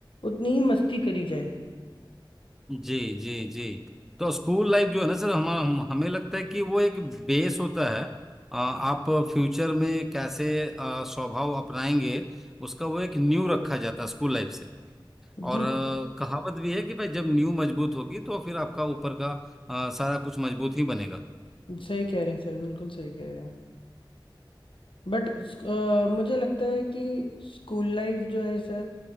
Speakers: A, on the left; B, in the centre.
A: उतनी ही मस्ती करी जाए
B: जी जी जी तो स्कूल लाइफ जो है ना सर हम, हम हमें लगता है कि वो एक बेस होता है अ, आप फ्यूचर में कैसे अ, स्वभाव अपनाएंगे उसका वो एक नींव रखा जाता है स्कूल लाइफ से और
A: जी
B: अ, कहावत भी है कि भाई जब नींव मजबूत होगी तो फिर आपका ऊपर का अ, सारा कुछ मजबूत ही बनेगा
A: सही कह रहे हैं सर बिल्कुल सही कह रहे हैं बट मुझे लगता है कि स्कूल लाइफ जो है सर